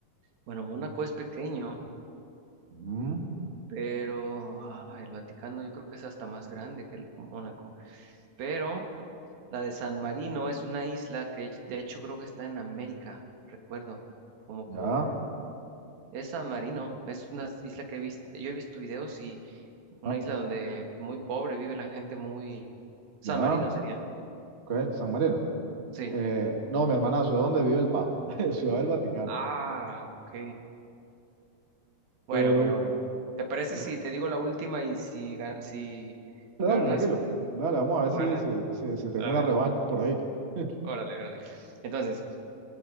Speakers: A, on the right; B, on the right.
A: Bueno, Mónaco es pequeño,
B: Ujú,
A: pero ah, el Vaticano yo creo que es hasta más grande que el Mónaco, pero... La de San Marino es una isla que de hecho creo que está en América, recuerdo, como por...
B: ya,
A: Es San Marino, es una isla que he visto, yo he visto videos y una
B: ah,
A: isla donde muy pobre vive la gente muy... San
B: ya,
A: Marino sería,
B: ok, San Marino.
A: sí.
B: Eh, no, mi hermanazo, ¿de dónde vive el Papa? <laughs> Ciudad del Vaticano.
A: Ah, ok. Bueno,
B: Pero,
A: bueno, bueno. ¿Te parece
B: no.
A: si te digo la última y si, ga- si
B: Dale,
A: ganas?
B: tranquilo. Dale, vamos a ver
A: Tú
B: si,
A: ganas.
B: si, si, si tengo
A: A
B: una
A: ver,
B: revancha por ahí. <laughs>
A: órale, órale. Entonces...